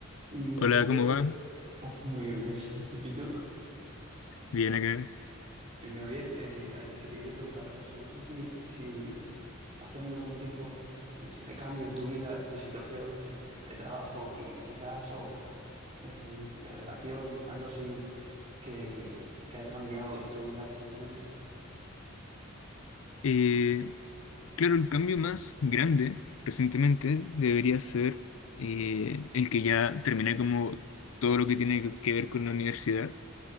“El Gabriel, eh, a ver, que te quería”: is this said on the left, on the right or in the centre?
Right